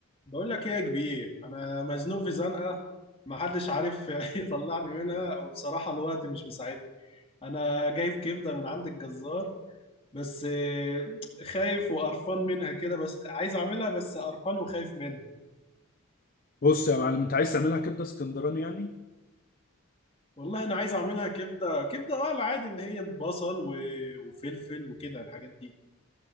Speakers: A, on the left; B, on the left.
A: بقول لك ايه يا كبير انا مزنوق في زنقه محدش عارف <laughs> يطلعني منها وبصراحه الوقت مش مساعدني انا جايب كبده من عند الجزار بس آه، خايف وقرفان منها كده بس عايز اعملها بس قرفان وخايف منها
B: بص يا معلم انت عايز تعملها كبده اسكندراني يعني
A: والله انا عايز اعملها كبده كبده اه العادي اللي هي بصل و- وفلفل وكده الحاجات دي